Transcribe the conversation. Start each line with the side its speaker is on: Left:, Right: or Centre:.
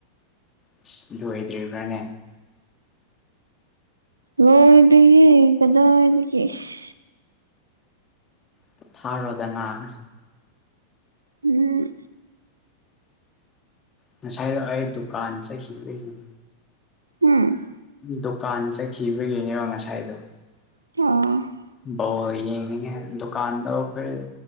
Left: ꯑꯁ ꯂꯣꯏꯗ꯭ꯔꯤꯕ꯭ꯔꯥꯅꯦ
Right: ꯂꯣꯏꯗꯔ꯭ꯤꯌꯦ ꯀꯗꯥꯏꯗꯒꯤ ꯏꯁ
Left: ꯄꯣꯊꯥꯔꯣꯗꯅ
Right: ꯎꯝ
Left: ꯉꯁꯥꯏꯗꯣ ꯑꯩ ꯗꯨꯀꯥꯟ ꯆꯠꯈꯤꯕꯩꯅꯦ
Right: ꯎꯝ
Left: ꯗꯨꯀꯥꯟ ꯆꯠꯈꯤꯕꯒꯤꯅꯦꯕ ꯉꯁꯥꯏꯗꯣ
Right: ꯑ
Left: ꯕꯥꯜꯂ ꯌꯦꯡꯅꯤꯡꯒꯦ ꯗꯨꯀꯥꯟꯗ ꯐꯔ